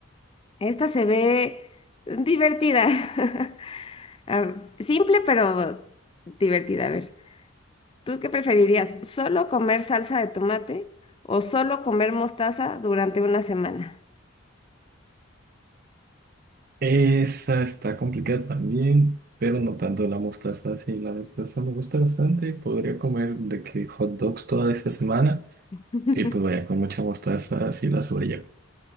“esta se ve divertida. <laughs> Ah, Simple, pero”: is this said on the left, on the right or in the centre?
Left